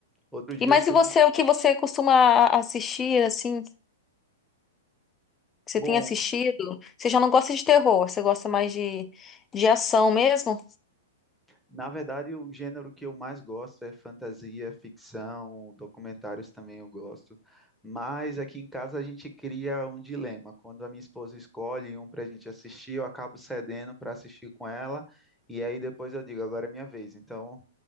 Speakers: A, in the centre; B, on the left.
A: Outro dia
B: E mas
A: eu fui.
B: e você, o que você costuma a- assistir, assim, que você
A: Bom,
B: tem assistido? Você já não gosta de terror, você gosta mais de, de ação mesmo?
A: na verdade o gênero que eu mais gosto é fantasia, ficção, documentários também eu gosto. Mas aqui em casa a gente cria um dilema. Quando a minha esposa escolhe um para a gente assistir, eu acabo cedendo para assistir com ela. E aí depois eu digo, agora é minha vez. Então.